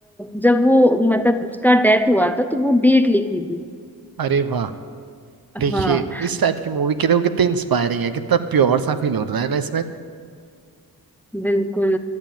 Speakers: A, in the centre; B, on the right.
A: जब वो मतलब उसका डेथ हुआ था तो वो डेट लिखी थी
B: अरे वाह देखिए
A: हाँ
B: इस टाइप की मूवी के लिए वो कितनी इंस्पायरिंग है कितना प्योर सा फील हो रहा है ना इसमें
A: बिल्कुल